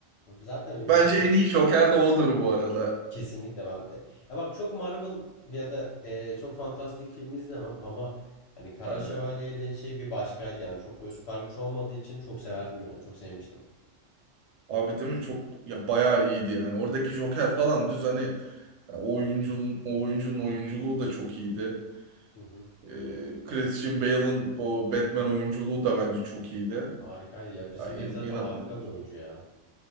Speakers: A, on the left; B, on the right.
A: Zaten benim
B: Bence
A: Joker
B: en iyi Joker de odur bu arada.
A: kesinlikle ben de. Ya bak çok Marvel ya da e, çok fantastik film izlemem ama hani Kara
B: Ben
A: Şövalye
B: de.
A: ile şey bir başkaydı yani çok böyle süper güç olmadığı için çok severdim yani çok sevmiştim.
B: Abi değil mi çok ya bayağı iyiydi yani. Oradaki Joker falan düz hani ya o oyuncunun o oyuncunun oyunculuğu da çok iyiydi.
A: Hı hı.
B: Ee, Christian Bale'ın o Batman oyunculuğu da bence çok iyiydi.
A: Harikaydı ya Christian
B: Ya in-
A: Bale zaten
B: inan-
A: harika bir oyuncu ya.